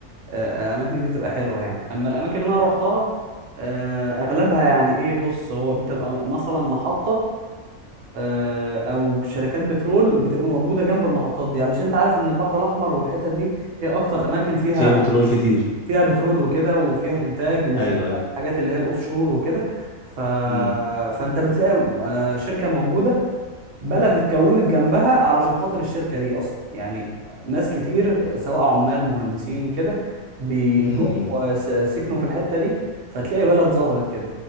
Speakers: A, on the right (about 60°); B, on the left (about 60°).
A: آه، الاماكن دي تبقى حلوه يعني اما الاماكن اللي انا روحتها آه، اغلبها يعني ايه بص هو بتبقى مثلا محطه آه، او شركات بترول بتبقى موجوده جنب المحطات دي علشان انت عارف ان البحر الاحمر والحتت دي هي اكتر اماكن فيها
B: فيها بترول كتير
A: فيها بترول وكده وفيها انتاج وفيها
B: ايوه ايوه
A: بقى الحاجات اللي هي الاوف شور وكده ف...
B: امم
A: فانت بتلاقي آه، شركه موجوده بلد اتكونت جنبها علشان خاطر الشركه دي اصلا يعني ناس كتير سواء عمال مهندسين كده بيجوا
B: امم أمم.
A: وس- سكنوا في الحته دي فتلاقي بلد ظهرت كده